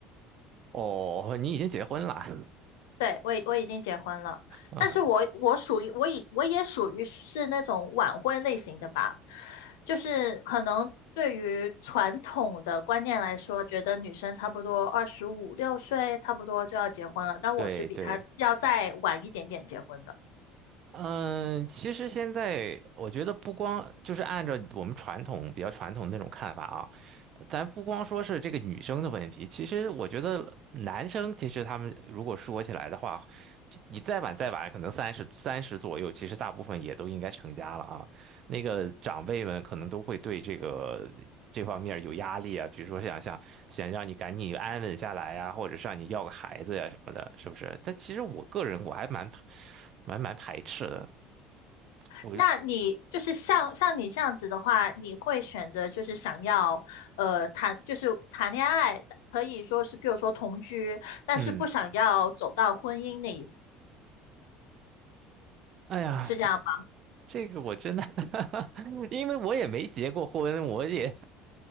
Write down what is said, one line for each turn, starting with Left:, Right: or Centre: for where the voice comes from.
Right: 哦，你已经结婚了。
Left: 对，我已我已经结婚了，
Right: <laughs>
Left: 但是我我属于我已我也属于是那种晚婚类型的吧，就是可能对于传统的观念来说，觉得女生差不多二十五六岁差不多就要结婚了，但我是比她要再晚一点点结婚的。
Right: 对对，嗯，其实现在我觉得不光就是按照我们传统比较传统的那种看法啊，咱不光说是这个女生的问题，其实我觉得男生其实他们如果说起来的话，你再晚再晚，可能三十三十左右，其实大部分也都应该成家了啊。那个长辈们可能都会对这个这方面有压力啊，比如说想想想让你赶紧安稳下来呀、或者是让你要个孩子呀、什么的，是不是？但其实我个人我还蛮蛮蛮排斥的，我
Left: 那你就是像像你这样子的话，你会选择就是想要呃谈就是谈恋爱，可以说是比如说同居，但是不想要走到婚姻那一步，
Right: 嗯，哎呀，
Left: 是这样吗
Right: 这个我真的 <laughs> 因为我也没结过婚，我也